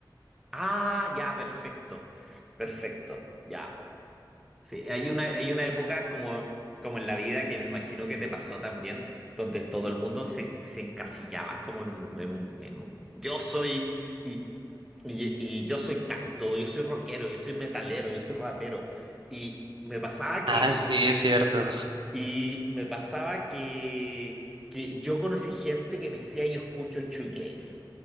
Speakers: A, in the centre; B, on the right.
A: Ah, ya, perfecto. Perfecto, ya. Sí, hay una, hay una época como, como en la vida que me imagino que te pasó también, donde todo el mundo se, se encasillaba como en un, en un, en un- yo soy y, y, y yo soy tanto, yo soy rockero, yo soy metalero, yo soy rapero. Y me pasaba que,
B: Ah, sí, es cierto.
A: y me pasaba que, que yo conocí gente que me decía yo escucho shoegaze.